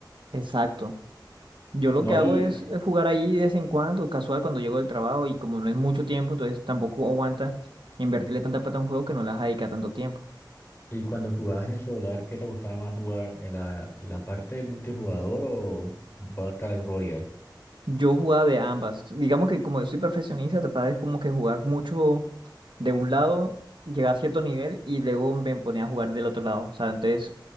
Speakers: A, on the right (about 80°); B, on the left (about 30°).
A: Exacto. Yo lo
B: No,
A: que hago
B: y
A: es, eh, jugar ahí de vez en cuando, casual, cuando llego del trabajo y como no es mucho tiempo, entonces tampoco aguanta invertirle tanta plata a un juego que no las dedica tanto tiempo.
B: Y cuando jugabas en el celular, ¿qué te gustaba más jugar? ¿En la, la parte de multijugador o Battle Royale?
A: Yo jugaba de ambas. Digamos que como yo soy perfeccionista, trataba de como que jugar mucho de un lado, llegaba a cierto nivel y luego me ponía a jugar del otro lado. O sea, entonces,